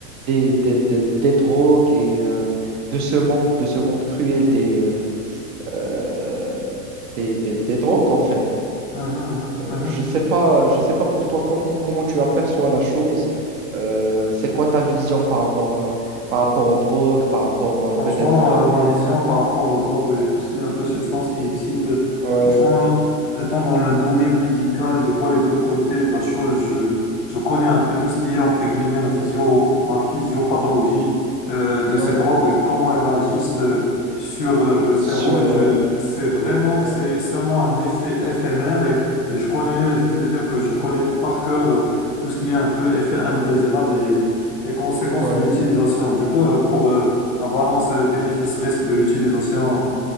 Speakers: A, on the right; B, on the left.
A: des, des, des, des drogues et euh, de ce monde, de ce monde cruel des euh, euh, des, des- des drogues, en fait.
B: Mhm, mhm,
A: Euh,
B: mhm.
A: je sais pas, je sais pas pour toi comment, comment tu aperçois la chose. Euh, c'est quoi ta vision par rapport, euh, par rapport aux drogues, par rapport euh,
B: Franchement,
A: peut-être... euh,
B: euh, ma vision par rapport aux drogues et tout ce qui est un peu substance illicite, euh,
A: ouais,
B: franchement, étant dans le domaine médical, je vois les deux côtés de la chose. Je, je connais
A: mhm,
B: un peu tout ce qui est, entre guillemets, la physio, la physiopathologie euh, de ces
A: ouais,
B: drogues, comment elles agissent euh, sur euh, le cerveau.
A: sur...
B: Et je
A: euh,
B: sais vraiment que
A: ouais,
B: c'est seulement un effet éphémère. Et, et je connais, je peux te dire que je connais par cœur euh, tout ce qui est un peu effet indésirable et, et conséquences
A: ouais,
B: de l'utilisation. Du coup, euh, pour... euh, la balance euh, bénéfice-risque de l'utilisation